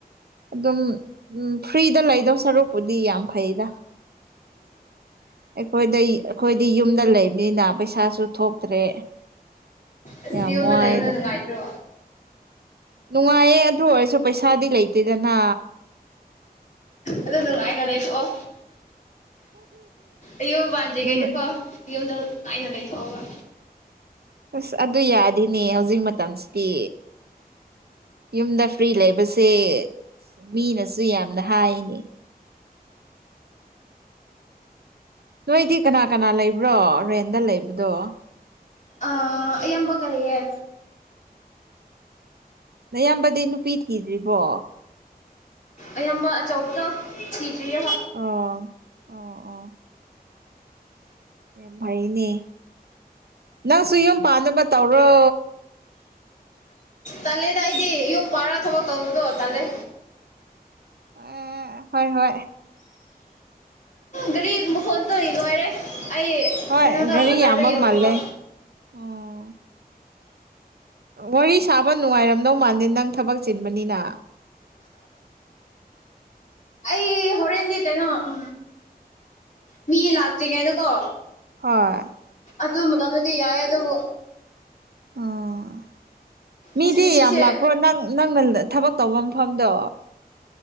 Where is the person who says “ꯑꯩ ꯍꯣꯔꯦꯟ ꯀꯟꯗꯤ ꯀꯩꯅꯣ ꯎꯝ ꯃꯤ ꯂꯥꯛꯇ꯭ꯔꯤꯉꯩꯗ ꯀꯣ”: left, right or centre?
Left